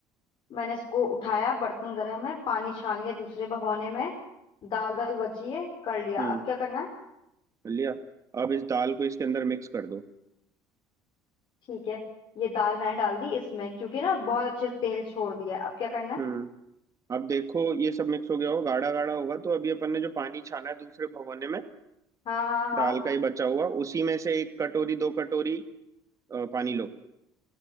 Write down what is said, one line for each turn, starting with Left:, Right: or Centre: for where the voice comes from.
Left: मैंने इसको उठाया बर्तन गर्म है पानी छान लिया दूसरे भगोने में दाल दाल बची है कर लिया
Right: हम्म
Left: अब क्या करना है
Right: लिया अब इस दाल को इसके अंदर मिक्स कर दो
Left: ठीक है ये दाल मैंने डाल दी इसमें क्योंकि ना बहुत अच्छे से तेल छोड़ दिया है। अब क्या करना है
Right: हम्म अब देखो ये सब मिक्स हो गया हो गाढ़ा गाढ़ा होगा तो अभी अपन ने जो पानी छाना है दूसरे भगोने में
Left: हाँ हाँ
Right: दाल
Left: हाँ
Right: का ही बचा हुआ उसी में से एक कटोरी दो कटोरी अ, पानी लो